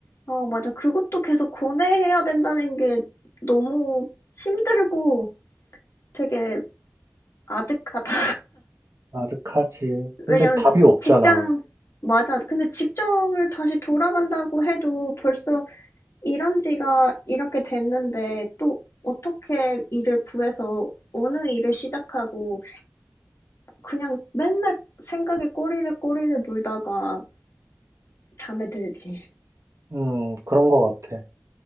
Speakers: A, on the left; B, on the right.
A: 아, 맞아. 그것도 계속 고뇌해야 된다는 게 너무 힘들고 되게 아득하다.
B: 아득하지. 근데
A: 왜냐면
B: 답이 없잖아.
A: 직장 맞아. 근데 직장을 다시 돌아간다고 해도 벌써 일한 지가 이렇게 됐는데 또 어떻게 일을 구해서 어느 일을 시작하고 그냥 맨날 생각에 꼬리를 꼬리를 물다가 잠에 들지.
B: 음, 그런 거 같아.